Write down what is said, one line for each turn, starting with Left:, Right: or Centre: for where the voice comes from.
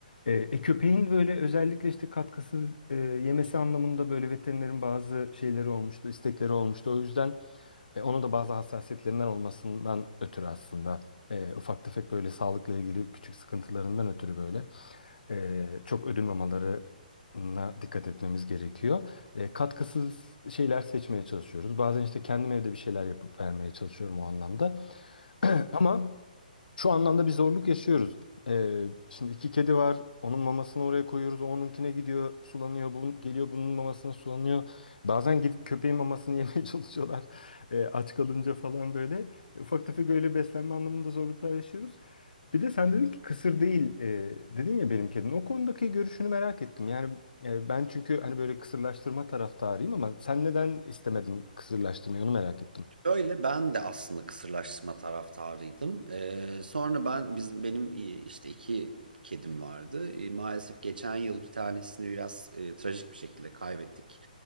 Left: E, e, köpeğin böyle özellikle işte katkısız e, yemesi anlamında böyle veterinerin bazı şeyleri olmuştu, istekleri olmuştu. O yüzden e, onun da bazı hassasiyetlerinden olmasından ötürü aslında e, ufak tefek böyle sağlıkla ilgili küçük sıkıntılarından ötürü böyle e, çok ödül mamalarına dikkat etmemiz gerekiyor. E, katkısız şeyler seçmeye çalışıyoruz. Bazen işte kendim evde bir şeyler yapıp vermeye çalışıyorum o anlamda. <clears throat> Ama şu anlamda bir zorluk yaşıyoruz. Ee, şimdi iki kedi var. Onun mamasını oraya koyuyoruz. o Onunkine gidiyor, sulanıyor. Bu geliyor bunun mamasına sulanıyor. Bazen gidip köpeğin mamasını <laughs> yemeye çalışıyorlar. Ee, aç kalınca falan böyle. Ufak tefek öyle beslenme anlamında zorluklar yaşıyoruz. Bir de sen dedin ki kısır değil e, dedin ya benim kedim. O konudaki görüşünü merak ettim. Yani e, ben çünkü hani böyle kısırlaştırma taraftarıyım ama sen neden istemedin kısırlaştırmayı onu merak ettim.
Right: Şöyle ben de aslında kısırlaştırma taraftarıydım. Ee, sonra ben biz benim e, işte iki kedim vardı. E, maalesef geçen yıl bir tanesini biraz e, trajik bir şekilde kaybettik.